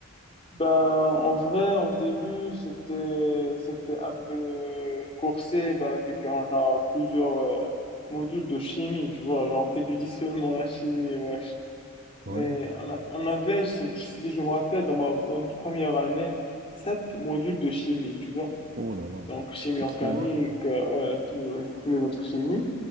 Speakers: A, on the left; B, on the right.
A: ben, en vrai, en début, c'était, c'était un peu coursé, ben, vu qu'on a plusieurs euh, modules de chimie, tu vois, genre, t'étudies seulement la chimie, wesh.
B: Ouais.
A: Mais on a- on avait, si si je me rappelle, dans ma, dans notre première année, sept modules de chimie, tu vois.
B: Oh là là,
A: Donc, chimie
B: c'est
A: organique,
B: trop, hein?
A: euh, ouais, tout- tous les autres chimies.